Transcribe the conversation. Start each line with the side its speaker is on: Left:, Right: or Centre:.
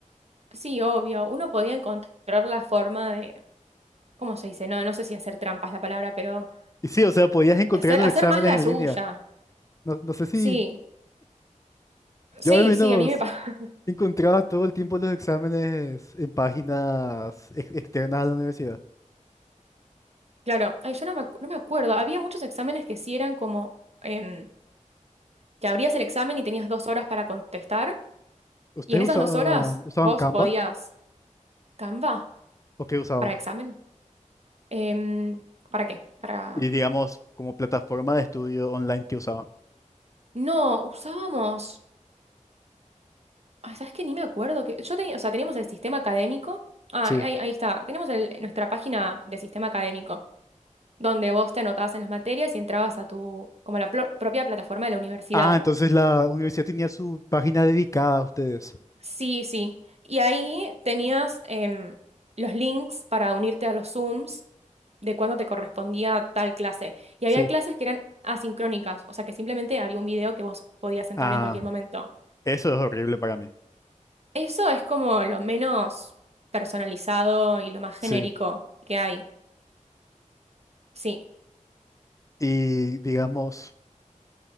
Right: Sí, obvio, uno podía encontrar la forma de, ¿cómo se dice? No, no sé si hacer trampas la palabra, pero
Left: Y sí, o sea, podías encontrar
Right: de hacer,
Left: los
Right: hacer
Left: exámenes
Right: más la
Left: en
Right: suya.
Left: línea. No, no sé si
Right: Sí, sí,
Left: yo al menos
Right: sí, a mí me pasa. <laughs>
Left: encontraba todo el tiempo los exámenes en páginas ex- externas a la universidad.
Right: Claro, ay, yo no me, acu- no me acuerdo. Había muchos exámenes que sí eran como... em, que abrías el examen y tenías dos horas para contestar,
Left: ¿Ustedes
Right: y en esas
Left: usaban,
Right: dos horas
Left: usaban
Right: vos
Left: Canva
Right: podías Canva
Left: o qué usaban?
Right: para examen. Em, ¿para qué? Para...
Left: Y digamos, como plataforma de estudio online que usaban.
Right: No, usábamos... Ay, ¿sabes qué? Ni me acuerdo que... Yo tenía, o sea, teníamos el sistema académico. Ah,
Left: Sí.
Right: ahí, ahí está. Tenemos el- nuestra página de sistema académico, donde vos te anotabas en las materias y entrabas a tu, como a la plo- propia plataforma de la universidad.
Left: Ah, entonces la universidad tenía su página dedicada a ustedes.
Right: Sí, sí. Y ahí tenías em, los links para unirte a los Zooms de cuándo te correspondía tal clase. Y
Left: Sí.
Right: había clases que eran asincrónicas, o sea que simplemente había un video que vos podías entrar
Left: Ah,
Right: en cualquier momento.
Left: eso es horrible para mí.
Right: Eso es como lo menos personalizado y lo más
Left: Sí.
Right: genérico que hay. Sí.
Left: Y digamos,